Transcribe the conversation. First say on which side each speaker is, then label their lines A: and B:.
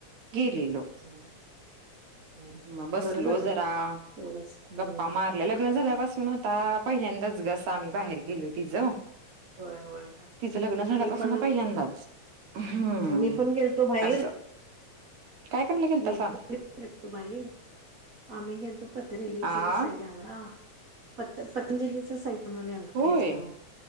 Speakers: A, on the right (about 80°); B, on the right (about 50°).
A: गेलेलोक
B: हम्म हम्म
A: म बस
B: बरं
A: लो
B: झालं
A: जरा
B: तेवढंच हम्म
A: गप्पा मार आपलं लग्न झाल्यापासून आता पहिल्यांदाच गस आम्ही बाहेर गेलो तिझं
B: होय होय
A: तिचं लग्न झाल्यापासून
B: मी पण
A: ना पहिल्यांदाच हम्
B: मी पण गेलतो बाहेर
A: असं काय करायला गेल
B: मी
A: तसा
B: गो बाई आम्ही गेलतो पतजेलीच्या
A: आ
B: साईड आम्हाला पत पतंजलीचे सैतनाल ेो
A: होय